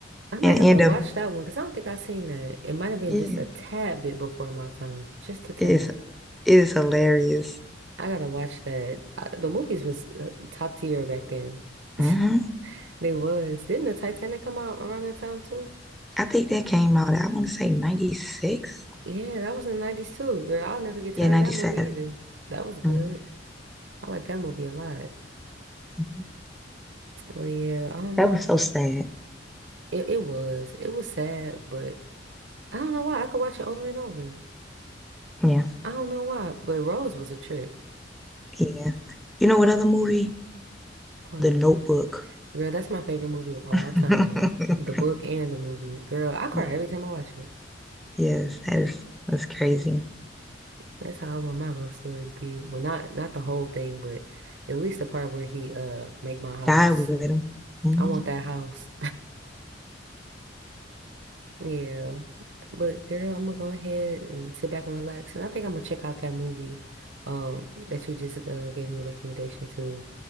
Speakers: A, on the right; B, in the centre.
A: I might
B: and
A: have
B: end
A: to
B: up
A: watch that one because I don't think i seen that. It might have been
B: yeah,
A: just a tad bit before my time. Just a tad.
B: it's it's hilarious.
A: I gotta watch that. Uh the movies was uh, top tier back then. <laughs>
B: Mhm.
A: They was. Didn't the Titanic come out around that time too?
B: I think that came out, I want to say 96.
A: Yeah, that was in the 90s too, girl. I'll never get
B: Yeah,
A: tired
B: 97.
A: of that movie either. That was good.
B: Mhm.
A: I like that movie a lot.
B: Mhm.
A: But yeah, um,
B: That was so sad.
A: it, it was. It was sad, but I don't know why. I could watch it over and over.
B: Yeah.
A: I don't know why, but Rose was a trip.
B: Yeah. You know what other movie?
A: But
B: The Notebook.
A: girl, that's my favorite movie of all
B: <laughs>
A: time. The book and the movie. Girl, I cry
B: Yeah.
A: every time I watch it.
B: Yes, that is that's crazy.
A: That's how I want my love story to be. Well, not not the whole thing, but at least the part where he uh make my house.
B: Died with him. Mhm.
A: I want that house. Yeah. But girl, I'm gonna go ahead and sit back and relax. And I think I'm gonna check out that movie um that you just uh, gave me a recommendation to.